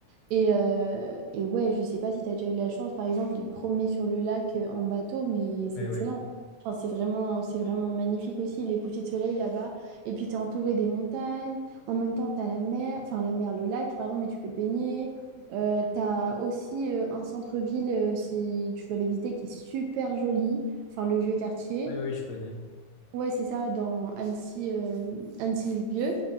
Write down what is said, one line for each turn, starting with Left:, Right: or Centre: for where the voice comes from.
Right: Et, euh, et ouais, je sais pas si tu as déjà eu la chance, par exemple, de te promener sur le lac euh, en bateau, mais c'est
Left: Ouais,
Right: excellent.
Left: ouais.
Right: Enfin, c'est vraiment, c'est vraiment magnifique aussi, les couchers de soleil là-bas. Et puis, tu es entouré des montagnes. En même temps, tu as la mer, enfin la mer, le lac, pardon, mais tu peux te baigner. Euh, tu as aussi euh, un centre-ville, euh, si tu veux l'éviter, qui est super joli. Enfin, le vieux quartier.
Left: Ouais, ouais, je connais.
Right: Ouais, c'est ça, dans Annecy, euh, Annecy-le-Vieux,